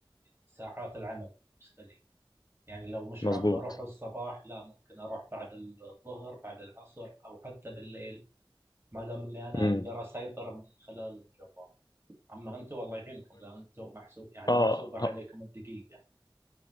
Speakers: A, on the right (about 25°); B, on the left (about 45°).
A: ساعات العمل بالنسبه لي يعني لو مش
B: مظبوط
A: حابة أروح الصباح لا ممكن أروح بعد الظهر بعد العصر أو حتى بالليل ما دام إني أنا
B: امم
A: أقدر أسيطر من خلال الجوال أما أنتم والله يعينكم لأن أنتم محسوب يعني
B: اه
A: محسوبة عليكم الدقيقة